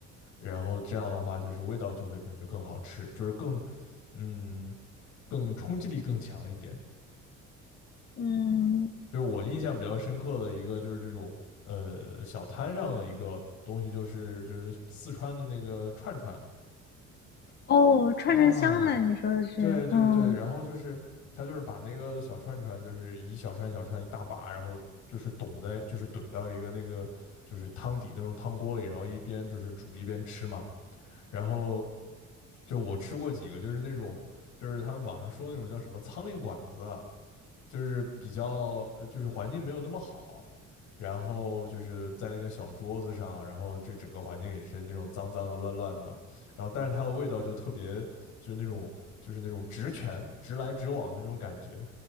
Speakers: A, on the left; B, on the left.
A: 然后这样的话就是味道就会感觉更好吃，就是更嗯更冲击力更强一点。
B: 嗯，
A: 就是我印象比较深刻的一个，就是这种呃小摊上的一个东西，就是就是四川的那个串串
B: 哦，串串香嘛，
A: 啊，
B: 你说的是，
A: 对对对，
B: 嗯。
A: 然后就是他就是把那个小串串，就是一小串小串一大把，然后就是懂在就是怼到一个那个就是汤底那种汤锅里，然后一边就是煮一边吃嘛。然后就我吃过几个，就是那种就是他们网上说那种叫什么苍蝇馆子，就是比较呃就是环境没有那么好，然后就是在那个小桌子上，然后就整个环境也是那种脏脏的、乱乱的，然后但是它的味道就特别就是那种就是那种直拳直来直往那种感觉，